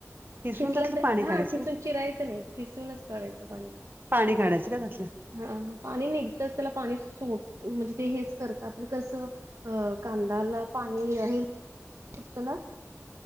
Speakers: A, on the right; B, on the right.
A: खिसून
B: खिसला
A: त्यातलं
B: तर
A: पाणी
B: हा
A: काढायचं
B: खिसून
A: का
B: चिरायचं नाही. खिसूनच काढायचं पाणी.
A: पाणी काढायचं का त्यातल्या?
B: ह पाणी निघतच. त्याला पाणी सोड म्हणजे ते हेच करत आपण कसं अ कांदाला पाणी हे <unintelligible>